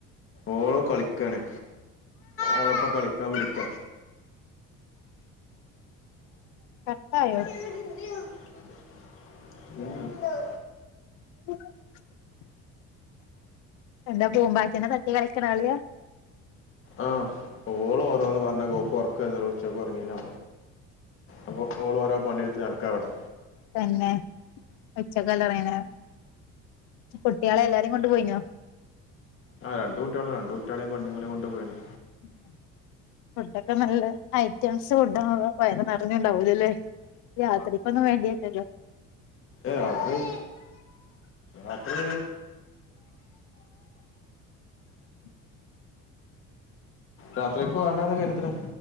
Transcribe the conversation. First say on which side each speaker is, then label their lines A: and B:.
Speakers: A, on the left; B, on the left.
A: ഓള് കളിക്കണ് ഓളപ്പ കളിക്കാ വിളിക്ക
B: കട്ടായോ
A: ി ആ ഉം <unintelligible>
B: ഉ <unintelligible> എന്താ പൂമ്പാറ്റേനേ തട്ടി കളിക്കണ കളിയാ
A: ആ് ഓള് ഓരോന്ന് പറഞ്ഞ് ഒക്ക് ഒറക്ക രിണില്ല ഉച്ച ഉറങ്ങീട്ട് അപ്പൊ ഓളോഓരോ പണിടുത്ത് നടക്ക വിടെ
B: തന്നെ ഉച്ചക്കലറങ്ങന കുട്ടിാളെ എല്ലാരേും കൊണ്ട് പോയിനോ
A: ആ രണ്ട് കുട്ടികള രണ്ട് കുട്ടിളും പേണ്ണ്ങ്ങളി കൊണ്ട് പോയിനി
B: ഉം <unintelligible> ഫുഡോക്കെ നല്ലെ ഐറ്റംസ് ഫുഡാവുമ്പൊ വയറ് നറഞ്ണ്ടാവൂലലെ യാത്രിക്കൊന്നും വേണ്ടിര്ലല്ലോ
A: ഏ രാത്രി രാത്രി
B: <inaudible>
A: രാത്രിക്ക് വാണ്ടന്ന കെര്ത്ണെ